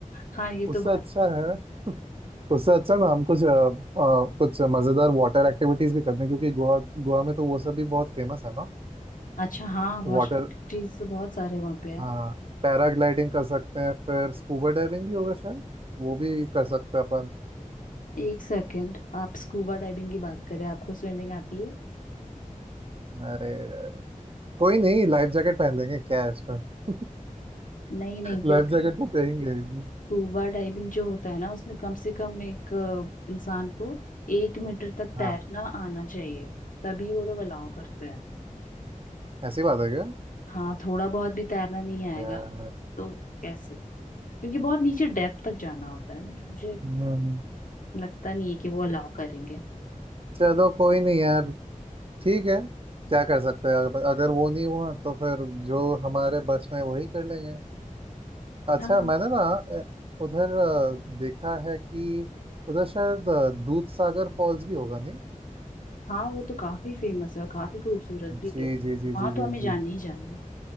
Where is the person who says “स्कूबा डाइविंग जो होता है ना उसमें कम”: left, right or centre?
Left